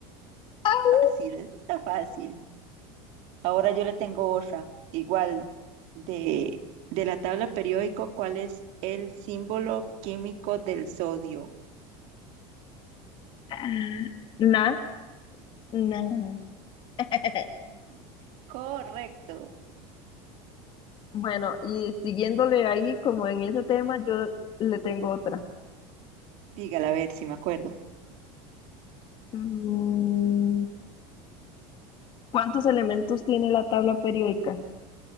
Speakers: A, on the left; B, on the right.
A: ¡Au!
B: Fácil, eso está fácil. Ahora yo le tengo otra. Igual, de, de la tabla periódico, ¿cuál es el símbolo químico del sodio?
A: Ah, Na, na. <laughs>
B: Mm, Correcto.
A: Bueno, y siguiéndole ahí, como en ese tema, yo le tengo otra.
B: Dígala, a ver si me acuerdo.
A: Mm, ¿Cuántos elementos tiene la tabla periódica?